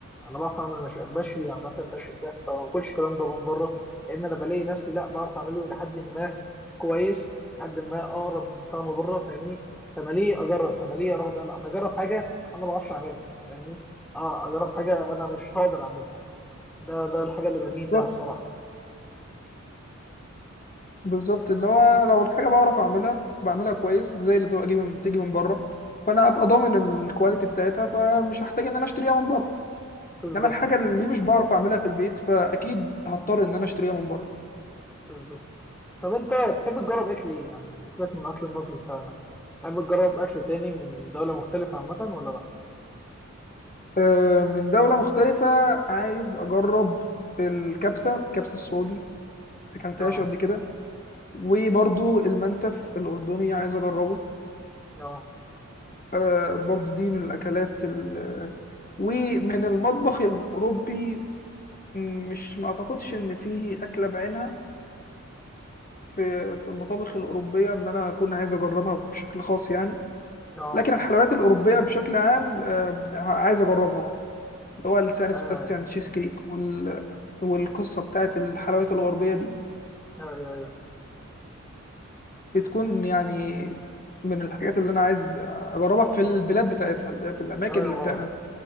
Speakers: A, in the centre; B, on the left.
A: انا بعرف اعمل مشويات بشوي عامة بشوي بتاع فما باكلش الكلام ده من بره لان انا بلاقي نفسي لا بعرف اعمله لحد ما كويس لحد ما اقرب لطعم بره فاهمني فانا ليه اجرب فانا ليه اروح ده لا انا اجرب حاجة انا ما بعرفش اعملها فاهمني اه اجرب حاجة انا مش هقدر اعملها ده ده الحاجة اللي بميل لها
B: لك.
A: الصراحة
B: بالظبط اللي هو أنا لو الحاجه بعرف اعملها بعملها كويس زي اللي بتبقى جاي من بتيجي من بره فانا ابقى ضامن الكواليتي بتاعتها فمش هحتاج ان انا اشتريها من بره
A: بالظبط
B: انما الحاجه اللي مش بعرف اعملها في البيت فاكيد هضطر ان انا اشتريها من بره
A: بالظبط طب انت تحب تجرب اكل ايه يعني سيبك من الاكل المصري بتاعنا تحب تجرب اكل تاني من دولة مختلفة عامة ولا لا
B: آه، من دوله مختلفه عايز اجرب الكبسه الكبسه السعودي اكلتهاش
A: اه
B: قبل كده وبرضو المنسف الاردني عايز اجربه
A: اه
B: آه، برضو دي من الاكلات ال... ومن المطبخ الاوروبي مش ما اعتقدش ان فيه اكله بعينها في في المطابخ الأوروبية إن أنا أكون عايز أجربها بشكل خاص يعني
A: اه
B: لكن الحلويات الأوروبية بشكل عام آم، عايز أجربها اللي هو السان سباستيان
A: ايوه ايوه
B: تشيز كيك وال... والقصة بتاعت الحلويات الغربية دي
A: ايوه ايوه
B: بتكون يعني من الحاجات اللي أنا عايز أجربها في البلاد بتاعتها اللي هي في الأماكن
A: ايوه
B: اللي
A: اه
B: بتعملها